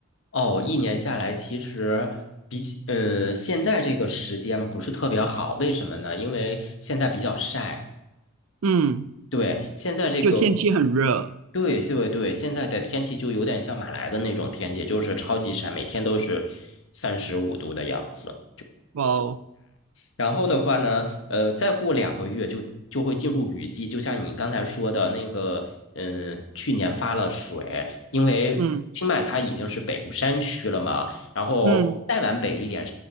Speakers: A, on the left (about 60°); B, on the right (about 80°).
A: 哦，一年下来，其实比起呃，现在这个时间不是特别好，为什么呢？因为现在比较晒。
B: 嗯，
A: 对，现在这个，
B: 就天气很热，
A: 对对对，现在的天气就有点像马来的那种天气，就是超级晒，每天都是三十五度的样子。
B: 哇哦，
A: 然后的话呢，呃，再过两个月就就会进入雨季，就像你刚才说的那个，嗯，去年发了水，因为清迈它已经是北部山区了嘛，
B: 嗯
A: 然后再往北一点，
B: 嗯